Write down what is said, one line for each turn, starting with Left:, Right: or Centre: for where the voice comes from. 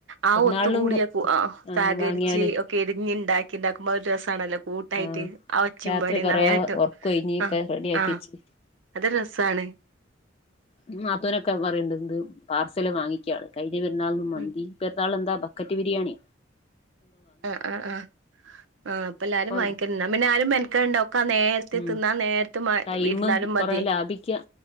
Right: ആ
Left: പെരുന്നാളിനും
Right: ഒത്തുകൂടിയ അ
Left: ആഹ്
Right: സഹകര്ച്ച്
Left: വാങ്ങിയാല്
Right: കെരിഞ്ഞി ഇണ്ടാക്കി ഇണ്ടാക്കുമ്പോ അതൊരു രസാണല്ലോ കൂട്ടായിട്ട്
Left: ആഹ്
Right: ആ ഒച്ചിം
Left: രാത്രി
Right: പടിം
Left: കൊറേ
Right: നായാട്ടും
Left: ഒറക്കൊഴിഞ്ഞ് ഒക്കെ
Right: ആ
Left: റെഡിയാക്കി
Right: ആ
Left: വെച്ച്
Right: അത് രസാണ്
Left: ഉം നാത്തുനൊ ക്കെ പറീണ്ട് എന്ത് പാർസല് വാങ്ങിക്ക്യാണ് കഴിഞ്ഞ പെര്ന്നാൾന് മന്തി
Right: ഉം
Left: ഈ പെര്ന്നാൾനെന്താ ബക്കറ്റ് ബിരിയാണി
Right: ആ ആ ആ ആ ഇപ്പ എല്ലാരും
Left: ഇപ്പൊ
Right: വാങ്ങിക്കല്ണ്ട് ന്നാ പിന്നെ ആരും മെൻക്കെടണ്ട ഒക്ക ആ നേര് ത്
Left: ഉം
Right: തിന്നാൻ നേര്ത്ത് മ
Left: ടൈമ്
Right: ഇര്ന്നാലും മതി
Left: കൊറേ ലാഭിക്ക